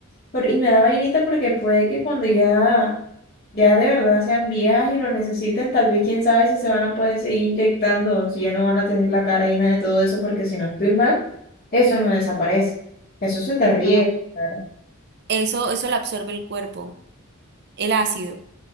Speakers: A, on the left; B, on the right.
A: Por- y me da vainita porque puede que cuando ya, ya de verdad sean viejas y lo necesiten, tal vez quién sabe si se van a poder seguir inyectando, si ya no van a tener la cara llena de todo eso, porque si no estoy mal. Eso no desaparece. Eso se te riega.
B: No,
A: Claro.
B: eso, eso lo absorbe el cuerpo, el ácido,